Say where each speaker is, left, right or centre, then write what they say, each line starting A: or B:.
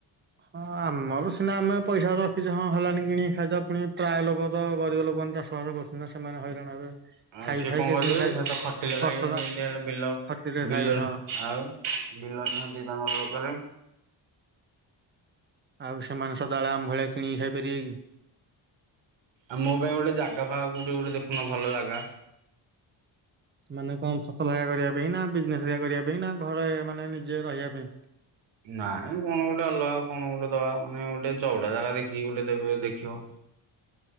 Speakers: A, on the right; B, on the right.
A: ହଁ ଆମର ସିନା ଆମେ ପଇସା ରଖିଛ ହଁ ହେଲାନି କିଣି ଖାଇଦବା ପୁଣି ପ୍ରାୟ ଲୋକ ତ ଗରିବ ଲୋକମାନେ ଚାଷବାସ କରୁ ନା ସେମାନେ ହଇରାଣ ହେବେ।
B: ଆଉ
A: ଖାଇ
B: ସିଏ
A: ଖାଇ
B: କଣ
A: କେତେ
B: କରିବେ
A: ଦିନ ଖାଇବେ
B: ସେ ତ ଖଟିଲେ
A: ବର୍ଷ
B: ଖାଇମତି
A: ଯାକ
B: ହେଲେ ବିଲ
A: ଖଟିଲେ ଖାଇବେ
B: ବିଲରୁ
A: ହଁ।
B: ଆଉ। ବିଲରେ <unintelligible> ଦରକାରେ।
A: ଆଉ ସେମାନେ ସଦାବେଳ ଆମ୍ଭ ଭଳିଆ କିଣିକି ଖାଇପାରିବେ କି?
B: ଆଉ ମୋ ପାଇଁ ଗୋଟେ ଜାଗା ଫାଗା କୋଉଠି ଗୋଟେ ଦେଖୁନ ଭଲ ଜାଗା।
A: ମାନେ କଣ ଫସଲ ହେଇା କରିବା ପାଇଁ ନା ବିଜନେସ ହେଇା କରିବା ପାଇଁ ନା ଘରେ ମାନେ ନିଜେ ରହିବା ପାଇଁ?
B: ନାଇଁ କଣ ଗୋଟେ ଅଲଗା କଣ ଗୋଟେ ଦବା ମାନେ ଗୋଟେ ଚଉଡା ଜାଗା ଦେଖିକି ଗୋଟେ ଦେ ଦେଖିବ।